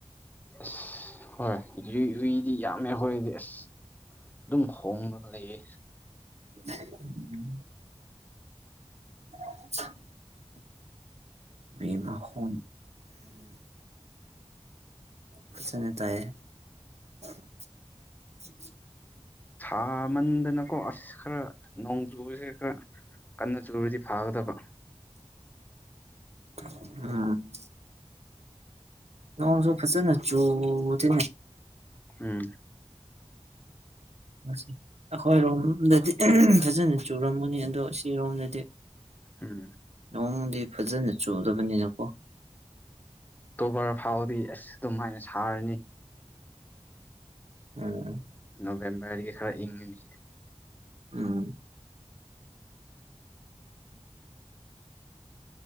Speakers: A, on the left (about 15°); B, on the right (about 75°).
A: ꯑꯁ ꯍꯣꯏ ꯍꯨꯏ ꯍꯨꯏꯗꯤ ꯌꯥꯝꯃꯦ ꯍꯣꯏꯗꯤ ꯑꯁ ꯑꯗꯨꯝ ꯍꯣꯡꯕ ꯍꯦ
B: ꯎꯝ <unintelligible> ꯑꯩꯃ ꯍ ꯐꯁꯅ ꯇꯥꯏꯌꯦ <unintelligible>
A: ꯥ ꯃꯟꯗꯅꯀꯣ ꯑꯁ ꯈꯔ ꯅꯣꯡ ꯆꯨꯕꯁꯦ ꯈꯔ ꯀꯟꯅ ꯆꯨꯔꯗꯤ ꯐꯥꯒꯗꯕ
B: ꯎꯝ ꯑꯣ ꯁꯣ ꯐꯁꯦ ꯅ ꯆꯣ ꯊ
A: ꯎꯝ
B: ꯁ ꯑꯩꯈꯣꯏꯔꯣꯝꯗꯗꯤ ꯐꯖꯅ ꯆꯨꯔꯝꯃꯅꯤ ꯑꯗꯣ ꯁꯤꯔꯣꯝꯗꯗꯤ
A: ꯎꯝ
B: ꯅꯉꯣꯡꯗꯤ ꯐꯖꯅ ꯆꯨꯗꯕꯅꯤꯅꯀꯣ
A: ꯈꯔ ꯐꯥꯎꯗꯤ ꯑꯁ ꯑꯗꯨꯝ ꯍꯥꯏꯅ ꯁꯥꯔꯅꯤ
B: ꯎꯝ
A: ꯅꯕꯦꯝꯕꯔꯒꯤ ꯈꯔ ꯏꯪꯅꯤ
B: ꯎꯝ